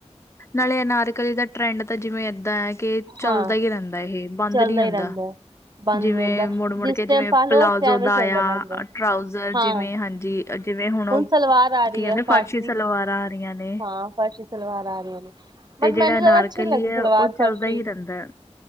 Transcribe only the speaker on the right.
ਹਾਂ
ਚੱਲਦਾ
ਹੀ ਰਹਿੰਦਾ ਬੰਦ
ਨੀ ਹੁੰਦਾ
ਜਿਸ
ਟਾਈਮ
ਪਾ ਲਓ
ਉਸ ਟਾਈਮ ਹੀ
ਚੱਲਦਾ
ਰਹਿੰਦਾ
ਹਾਂ
ਸਲਵਾਰ ਆ ਰਹੀ
ਹੈ ਫਾਰਸੀ
ਹਾਂ ਫਾਰਸੀ ਸਲਵਾਰ ਆ ਰਹੀਆਂ ਨੇ
ਬਟ
ਮੈਨੂੰ
ਜ਼ਿਆਦਾ ਅੱਛੀ ਨੀ ਲੱਗਦੀ
ਸਲਵਾਰ
ਫਰਸ਼ੀ